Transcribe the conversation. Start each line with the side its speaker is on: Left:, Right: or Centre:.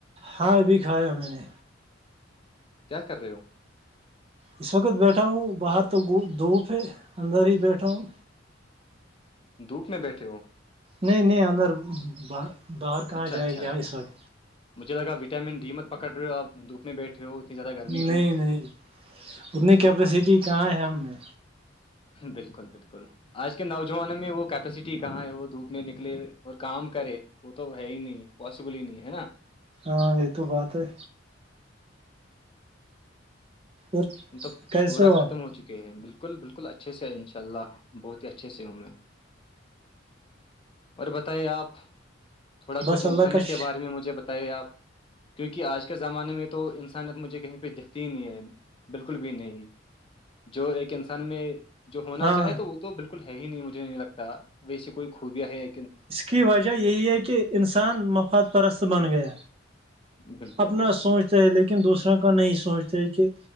Right: ہاں ابھی کھایا میں نے
Left: کیا کر رہے ہو
Right: اس وقت بیٹھا ہوں باہر تو دھوپ ہے اندر ہی بیٹھا ہوں
Left: دھوپ میں بیٹھے ہو
Right: نہیں نہیں اندر ب باہر کہاں
Left: اچھا
Right: جائے
Left: اچھا
Right: ل وق
Left: مجھے لگایٹامن ڈی مت پکڑ رہ ہو آپ دھپ میں بیٹھے ہو اتنی زیادہ گرمی میں
Right: نہیں نہیں اتنی کیپیسٹی کہاں ہے ہم نے
Left: بالکل بالکل آج کے نوجوانوں میں وہ کیا سٹی کہاں ہے وہ دھوپ میں نکلے اور کام کرے وہ تو ہے ہی نہیں پاسبل ہی نہیں ہے نا
Right: ہاں یہ تو بات ہے اور
Left: ہم تو
Right: کیسے
Left: پورا ختم
Right: آپ
Left: ہو چکے ہیں بالکل بالکل بالکل اچھے سے ہے ان شاء اللہ بت ہی اچھے سے ہوں میں اور بتائیے آپ تھوڑا کچھ
Right: بس اللہ
Left: انسانیت
Right: کا ش-
Left: کے بارے میں مجھے بتا آپ کیونکہ آج کے زمانے میں تو انسانیت مجھے کہیں پہ دکھتی ہی نہیں ہے بالکل بھی نہیں جو ایک انسان میں جو ہونا
Right: ہاں
Left: چاہے تو وہ تو بالکل ہے ہی نہیں مجھے نہیں لگتا ویسی کوئی خوبیاں ہیں
Right: اس کی وجہ یہی ہے کہ انسان مفاد پرست بن گیا
Left: بالکل
Right: اپنا
Left: بالکل
Right: سوچتے ہے لیکن دوسروں کا نہیں سوچتا ہے کہ